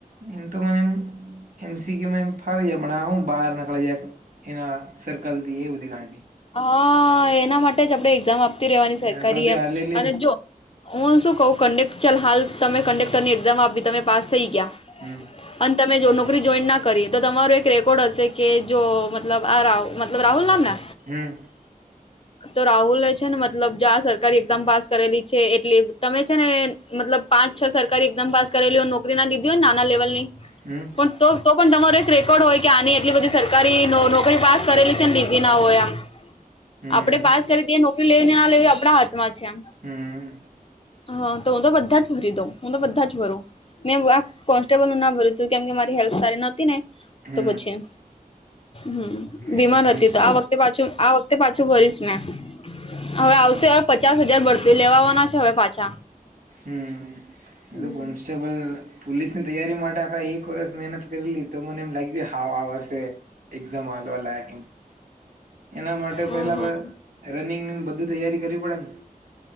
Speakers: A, on the right (about 70°); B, on the left (about 40°).
A: એમતો મેં એમસીકિયું એમ ફાવી જાય પણ આ હું બહાર નીકળી જાય એના સર્કલ થી એ બધી <unintelligible>
B: હા એના માટે જ આપણે એક્ઝામ આપતી રહેવાની સરકારી
A: આગળ બી
B: એમ
A: આ લેલી
B: અને
A: ને
B: જો હું શું કવ ચાલ હાલ તમે કંડેક્ટની એકઝામ આપી તમે પાસ થઈ ગયા
A: હમ
B: તમે જો નોકરી જોઈન ના કરીએ તો તમારો એક રેકોર્ડ હશે કે જો મતલબ આ રાવ મ રાહુલ નામ ને
A: હમ
B: તો રાહુલે છે ને મતલબ જા સરકારી એક્ઝામ પાસ કરેલી છે એટલી તમે છે ને મતલબ પાંચ છ સરકારી એક્ઝામ પાસ કરેલી હોય નોકરી ના લીધી હોય નાના લેવલ ની
A: હમ્મ
B: પણ તો તો પણ તમારો એક રેકોર્ડ હોય કે આની એટલી બધી સરકારી નોકરી પાસ કરેલી લીધી ના હોય એમ
A: હમ
B: આપડે પાસ કરી ત નોકરી લેવી ને ના લેવી આપણા હાથમાં છે આમ
A: હમ
B: હ હું તો બધા જ ભરી દઉં હું તો બધા જ ભરું મેં આ કોન્સ્ટેબલ નું ના ભર્યું હતું કેમ કે મારી હેલ્થ સારી નહોતી ને
A: હમ
B: તો પછી એમ હમ્મ
A: મેં
B: બીમાર
A: તો કોન્સ્ટ
B: હતી તો આ વખતે પાછું આ વખતે પાછું ભરીશ મેં હવે આવશે હ પચાસ હજાર ભર તે લેવાવાના છે હવે પાછા
A: હમ્મ એતો
B: હમ
A: કોન્સ્ટેબલ પોલીસ ની તૈયારી માટે આખા એક વર્ષ મહેનત કરેલી તો મને એમ લાગ્યું હા આ વર્ષે એક્ઝામ હાલવા લાયક એના માટે
B: હમ
A: પેલા
B: હમ
A: રનિંગ ની બધી તૈયારી કરવી પડે એ ને